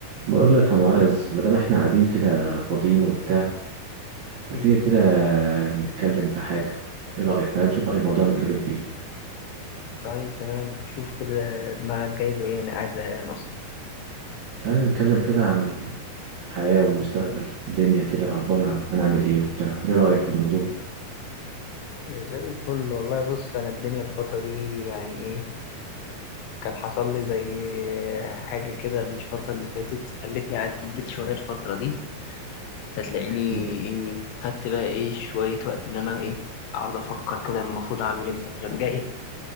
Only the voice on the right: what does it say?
بقول لك يا معاذ ما دام احنا قاعدين كده فاضيين وبتاع ما
تيجي كده نتكلم في حاجة ايه رأيك تعال نشوف اي موضوع نتكلم فيه
تعال نتكلم كده عن الحياة والمستقبل الدنيا كده اخبارها هنعمل ايه وبتاع ايه رأيك في الموضوع
احكي لي